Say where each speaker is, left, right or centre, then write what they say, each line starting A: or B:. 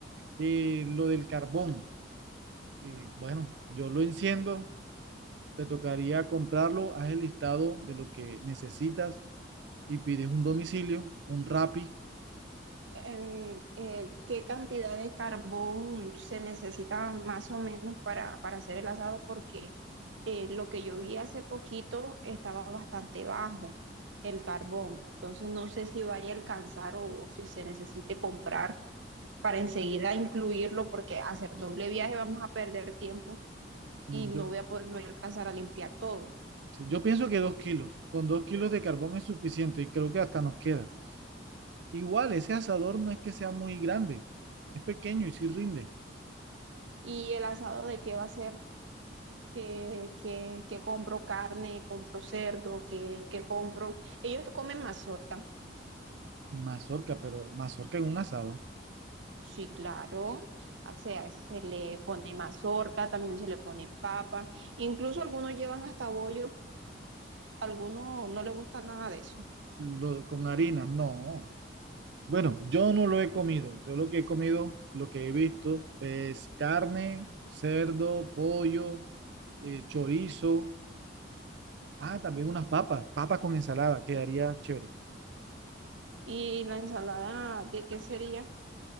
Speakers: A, on the right (about 70°); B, on the right (about 80°).
A: Eh, lo del carbón, eh, bueno, yo lo enciendo te tocaría comprarlo, haz el listado de lo que necesitas y pides un domicilio, un Rappi.
B: em, eh, qué cantidad de carbón se necesita más o menos para, para hacer el asado, porque eh, lo que yo vi hace poquito estaba bastante bajo el carbón. Entonces no sé si vaya a alcanzar o, o si se necesite comprar para enseguida incluirlo, porque hacer doble viaje vamos a perder tiempo
A: Mm,
B: y no
A: Yo,
B: voy a poder, no voy a alcanzar a limpiar todo.
A: sí, yo pienso que dos kilos, con dos kilos de carbón es suficiente y creo que hasta nos queda. Igual, ese asador no es que sea muy grande, es pequeño y sí rinde.
B: ¿Y el asado de qué va a ser? que, que, que compro carne, compro cerdo, que, que compro. Ellos comen mazorca,
A: Mazorca, pero mazorca en un asado,
B: sí, claro. O sea, se le pone mazorca, también se le pone papa. Incluso algunos llevan hasta bollo, algunos no les gusta nada de eso.
A: lo- con harina, no. Bueno, yo no lo he comido. Yo lo que he comido, lo que he visto es carne, cerdo, pollo, eh, chorizo. Ah, también unas papas, papas con ensalada, quedaría chévere.
B: ¿Y la ensalada de qué sería?